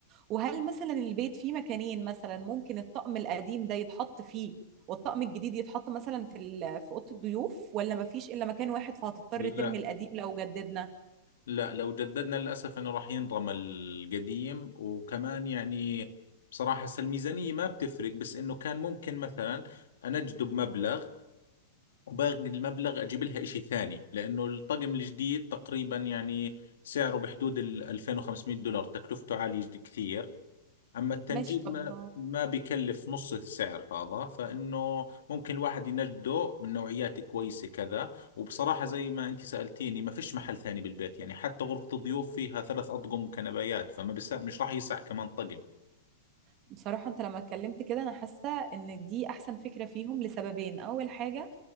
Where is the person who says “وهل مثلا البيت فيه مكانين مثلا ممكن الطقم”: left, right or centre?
Right